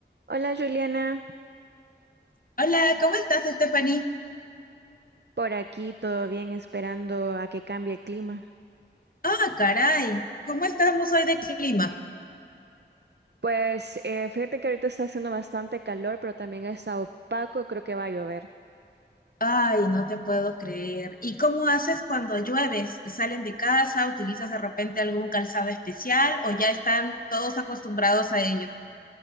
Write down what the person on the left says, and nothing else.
Hola, ¿cómo estás, Stephanie?
Ah, caray, ¿cómo estamos hoy de clima?
Ay, no te puedo creer. ¿Y cómo haces cuando llueves? ¿Salen de casa? ¿Utilizas de repente algún calzado especial o ya están todos acostumbrados a ello?